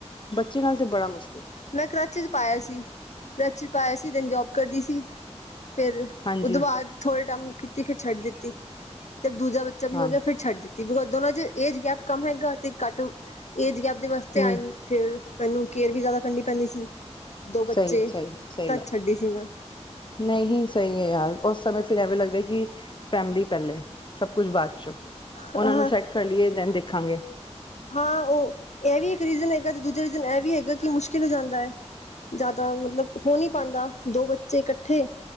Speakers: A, on the left (about 45°); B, on the left (about 80°).
A: ਬੱਚੇ ਨਾਲ ਤੇ ਬੜਾ ਮੁਸ਼ਕਿਲ
B: ਮੈਂ ਕਰਚ ਚ ਪਾਇਆ ਸੀ। ਕਰਚ ਪਾਇਆ ਸੀ, ਦਿਨ ਜੋਬ ਕਰਦੀ ਸੀ। ਫੇਰ
A: ਹਾਂਜੀ
B: ਉਹਦੋਂ ਬਾਅਦ ਥੋੜੇ ਟੇਮ ਕੀਤੀ, ਫਿਰ ਛੱਡ ਦਿੱਤੀ। ਤੇ ਦੂਜਾ ਬੱਚਾ ਵੀ
A: ਹਾਂ
B: ਹੋ ਗਿਆ, ਫਿਰ ਛੱਡ ਦਿੱਤੀ ਦੋਨਾਂ ਚ ਏਜ ਗੈਪ ਕੰਮ ਹੈਗਾ ਤੇ ਘੱਟ ਏਜ ਗੈਪ ਦੇ ਵਾਸਤੇ
A: ਨਹੀਂ
B: ਆ, ਫੇਰ ਮੈਨੂੰ ਕੇਅਰ ਵੀ ਜ਼ਿਆਦਾ ਕਰਨੀ ਪੈਂਦੀ ਸੀ। ਦੋ ਬੱਚੇ
A: ਸਹੀ, ਸਹੀ, ਸਹੀ
B: ਤਦ
A: ਗੱਲ
B: ਛੱਡੀ ਸੀ ਮੈਂ
A: ਨਹੀਂ ਸਹੀ ਐ ਯਾਰ ਉਸ ਸਮੇਂ ਫਿਰ ਐਵੇਂ ਲਗਦਾ ਕਿ ਫੈਮਿਲੀ ਪਹਿਲੇ, ਸਭ ਕੁਛ ਬਾਅਦ
B: ਅ
A: ਉਹਨਾਂ ਨੂੰ ਸੈਂਟ ਕਰ ਲਈਏ ਦੇਨ ਦੇਖਾਂਗੇ।
B: ਹਾਂ, ਉਹ ਇਹ ਵੀ ਇੱਕ ਰੀਜ਼ਨ ਹੈਗਾ ਤੇ ਦੂਜਾ ਰੀਜ਼ਨ ਇਹ ਵੀ ਹੈਗਾ ਕਿ ਮੁਸ਼ਕਿਲ ਹੋ ਜਾਂਦਾ। ਜ਼ਿਆਦਾ ਮਤਲਬ ਹੋ ਨੀ ਪਾਂਦਾ, ਦੋ ਬੱਚੇ ਇਕੱਠੇ